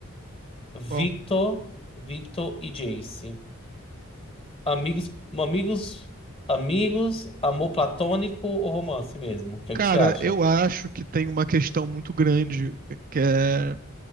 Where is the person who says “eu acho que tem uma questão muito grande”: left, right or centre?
Right